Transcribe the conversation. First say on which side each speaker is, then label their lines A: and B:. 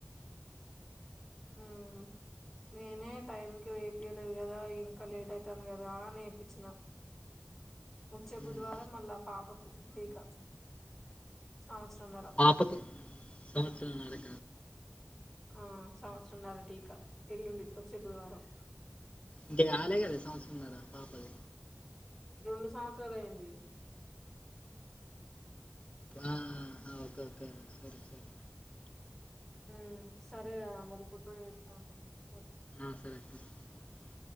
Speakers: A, in the centre; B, on the left (about 30°).
A: ఉమ్ నేనే టైంకి వేపియలేదు కదా ఇంకా లేట్ అయితాంది కదా అని ఏపిచ్చిన వచ్చే
B: ఉమ్.
A: బుధవారం మళ్లా పాపకు టీకా సంవత్సరంన్నర
B: పాపకు సంవత్సరం నరే
A: ఆ సంవత్సరంన్నర టీకా ఎల్లుండి వచ్చే బుధవారం
B: ఇంకా రాలే కదా సంవత్సరంన్నర పాపది
A: రెండు సంవత్సరాలు అయింది
B: ఆ ఓకే ఓకే సరే సరే
A: ఉం సరే రా మరి బుడ్డోడు ఎడుతాండు
B: ఆ సరే అక్క <unintelligible>